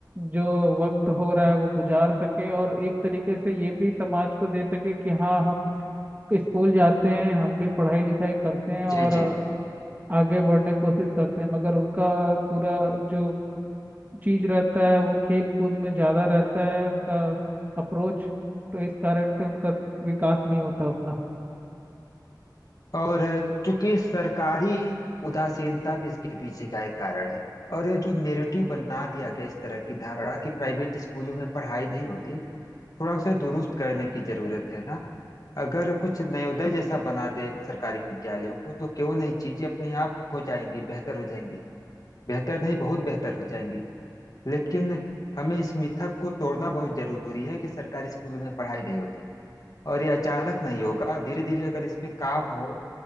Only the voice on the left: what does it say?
जी जी
और चूंकि सरकारी उदासीनता भी इसके पीछे का एक कारण है और ये जो नेरेटिव बना दिया गया इस तरह की धारणा कि प्राइवेट स्कूलों में पढ़ाई नहीं होती थोड़ा उसे दुरुस्त करने की जरूरत है ना अगर कुछ नवोदय जैसा बना दे सरकारी विद्यालयों को तो क्यों नहीं चीजें अपने आप हो जाएंगी बेहतर हो जाएंगी बेहतर नहीं बहुत बेहतर हो जाएंगी लेकिन हमें इस मिथक को तोड़ना बहुत जरूरी है कि सरकारी स्कूल में पढ़ाई नहीं होती और ये अचानक नहीं होगा धीरे धीरे अगर इसमें काम हो